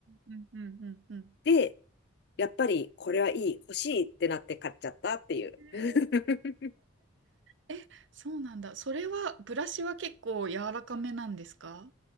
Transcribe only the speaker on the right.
うんうんうんうん。
え
ー、えそうなんだ。それは、ブラシは結構柔らかめなんですか